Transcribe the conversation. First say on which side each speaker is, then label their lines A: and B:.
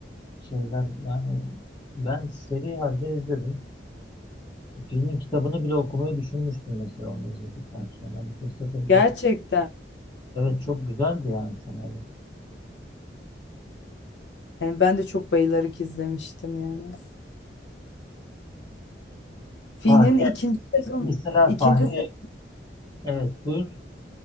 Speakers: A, on the left (about 25°); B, on the left (about 75°).
A: şeyler. Yani ben seri halde izledim. Filmin kitabını bile okumayı düşünmüştüm mesela onu izledikten sonra. Hani fırsat olup
B: Gerçekten.
A: ok- Evet çok güzeldi yani senaryo.
B: Yani ben de çok bayılarak izlemiştim yani. Fi'nin
A: Fahriye,
B: ikinci sezon
A: mesela
B: ikinci
A: Fahriye,
B: se-
A: evet buyur.